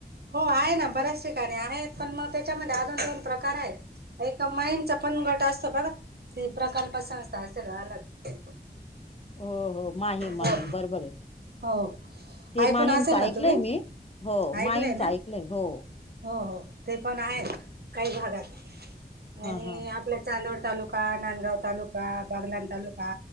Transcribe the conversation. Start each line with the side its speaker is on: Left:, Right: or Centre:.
Right: हो आहे ना बऱ्याच ठिकाणी आहेत पण मग त्याच्यामध्ये अजून दोन प्रकार आहेत एक माईंचा पण गट असतो बघा ते प्रकल्प संस्था असेल अलग
Left: ओ हो माहीम, माहीम
Right: हो
Left: बरोबर आहे
Right: हो
Left: ते
Right: ऐकून
Left: माहीमच
Right: असेल ना
Left: ऐकलंय
Right: तुम्ही
Left: मी हो
Right: ऐकलंय
Left: माहीमच
Right: ना
Left: ऐकलंय हो
Right: हो, हो ते पण आहेत काही भागात
Left: हा
Right: आणि
Left: हा
Right: आपल्या चांदोड तालुका नांदगाव तालुका बागलान तालुका